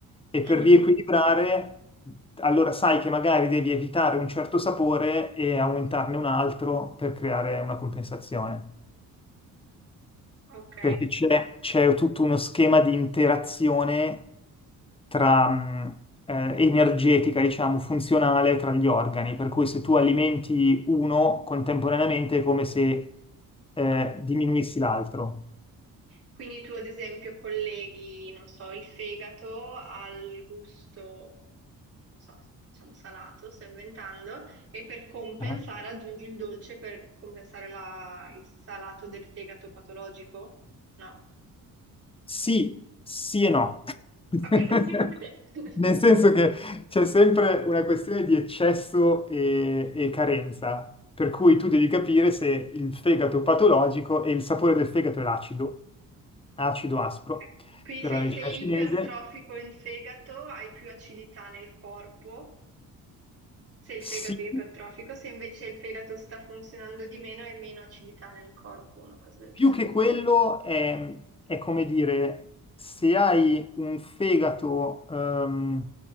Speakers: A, on the left; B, on the right.
A: e
B: Mhm,
A: per riequilibrare, allora sai che magari devi evitare un certo sapore e aumentarne un altro per creare una compensazione,
B: Ok,
A: perché c'è c'è tutto uno schema di interazione tra, mh, eh, energetica, diciamo, funzionale tra gli organi, per cui se tu alimenti uno contemporaneamente è come se eh, diminuissi l'altro.
B: quindi tu ad esempio colleghi, non so, il fegato al gusto, non so, diciamo salato, sto inventando, e per compensare
A: Ah.
B: aggiungi il dolce per compensare la- il salato del fegato patologico? No.
A: Sì, sì e no. <laughs>
B: Ok. <laughs>
A: Nel senso che c'è sempre una questione di eccesso e, e carenza, per cui tu devi capire se il fegato patologico e il sapore del fegato è l'acido, acido aspro,
B: Ok. Quindi
A: per
B: se,
A: la medicina
B: se è ipertrofico
A: cinese,
B: il fegato, hai più acidità nel corpo, se il
A: sì,
B: fegato è ipertrofico, se invece il fegato sta funzionando di meno, hai meno acidità nel corpo, una cosa del
A: più
B: genere.
A: che quello è, è come dire, se hai un fegato ehm,